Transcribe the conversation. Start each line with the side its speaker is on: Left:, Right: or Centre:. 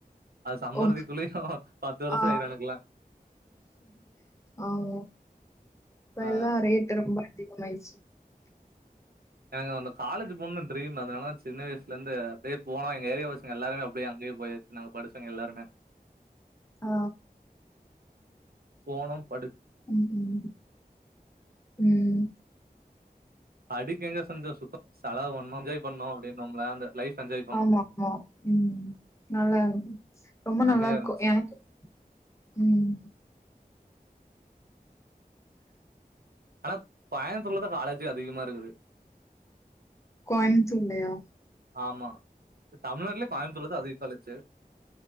Right: அது சம்பாருதிக்குள்ளேயு
Left: ஓ
Right: பத்து வர்ஷோ
Left: ஆ
Right: ஆயிரோ எனக்குலா
Left: ஆமா இப்பெல்லா
Right: ஆ
Left: ரேட்டு ரொம்ப <unintelligible>
Right: எனக்கு அந்த காலேஜு போணோன்ட்டு ட்ரீம் அதனாலதா சின்ன வயசுல இந்து அப்டியே போனோ எங்க ஏரியா பசங்க எல்லாருமே அப்டியே அங்கேயே போயாச்சு நாங்க படிச்சவுங்க எல்லாருமே
Left: ஆ
Right: போனோ படு
Left: உம் உம் உம்
Right: அடிக்க எங்க செஞ்சோ சுத்தோ செலவு பண்ணோ என்ஜாய் பண்ணோ அப்டீனும்ல அந்த லைஃப் என்ஜாய் பண்ணோ
Left: ஆமா ஆமா உம் நல்லா ரொம்ப
Right: செம்மையா
Left: நல்லா இருக்கோ
Right: இருந்துச்சு
Left: எனக்கு உம்
Right: ஆனா கோயம்புத்தூர்ல தா காலேஜே அதிகமா இருக்குது
Left: கோயம்த்தூர்லயா
Right: ஆமா தமிழ்நாட்டுலயே கோயம்பத்தூர்லதா அதிகோ காலேஜ்ஜு